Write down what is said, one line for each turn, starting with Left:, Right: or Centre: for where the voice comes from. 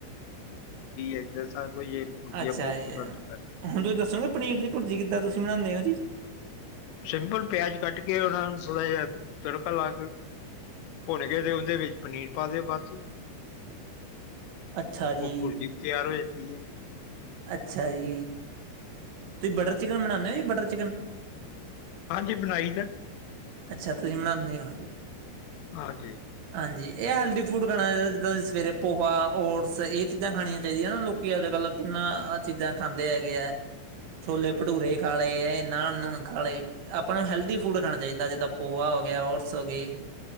Left: ਏਦਾਂ ਸਭ ਕੁਝ ਇਹ ਭੁਰਜੀਆਂ
Right: ਅੱਛਾ
Left: ਬਹੁਤ
Right: ਜੀ
Left: ਪਸੰਦ
Right: ਹੁਣ
Left: ਹੈ
Right: ਤੁਸੀਂ ਦੱਸੋਗੇ ਪਨੀਰ ਦੀ ਪੁਰਜੀ ਕਿੱਦਾਂ ਤੁਸੀਂ ਬਣਾਣੇ ਹੋ <unintelligible>
Left: ਸਿੰਪਲ ਪਿਆਜ ਕੱਟ ਕੇ ਉਹਨਾਂ ਨੂੰ ਥੋੜ੍ਹਾ ਜਿਹਾ ਤੜਕਾ ਲਾ ਕੇ ਭੁੰਨ ਕੇ ਤੇ ਉਹਦੇ ਵਿੱਚ ਪਨੀਰ ਪਾ ਦਿਓ ਬਸ
Right: ਅੱਛਾ ਜੀ,
Left: ਉਹ ਪੁਰਜੀ ਵੀ ਤਿਆਰ ਹੋਏ ਸਹੀ ਹੈ।
Right: ਅੱਛਾ ਜੀ। ਤੁਸੀਂ ਬਟਰ ਚਿਕਨ ਬਣਾਨੇ ਹੋ ਜੀ ਬਟਰ ਚਿਕਨ
Left: ਹਾਂਜੀ, ਬਣਾਈ ਦਾ।
Right: ਅੱਛਾ ਤੁਸੀਂ ਬਨਾਂਦੇ ਹੋ ਜੀ
Left: ਹਾਂਜੀ।
Right: ਹਾਂਜੀ ਇਹ ਹੈਲਦੀ ਫੂਡ ਖਾਣਾ ਚਾਹੀਦਾ ਜਿੱਦਾਂ ਸਵੇਰੇ ਪੋਹਾ ਓਟਸ ਇਹ ਚੀਜ਼ਾਂ ਖਾਣੀਆਂ ਚਾਹੀਦੀਆਂ ਨਾ ਲੋਕੀ ਅੱਜ -ਕੱਲ੍ਹ ਕਿੰਨਾ ਇਹ ਚੀਜ਼ਾਂ ਖਾਂਦੇ ਹੈਗੇ ਹੈ ਛੋਲੇ ਭਟੂਰੇ ਖਾ ਲਏ ਇਹ ਨਾਣ ਨੂਣ ਖਾ ਲਏ ਆਪਾਂ ਨੂੰ ਹੈਲਦੀ ਫੂਡ ਖਾਣਾ ਚਾਹੀਦਾ ਜਿੱਦਾਂ ਪੋਹਾ ਹੋ ਗਿਆ ਔਟਸ ਹੋ ਗਏ।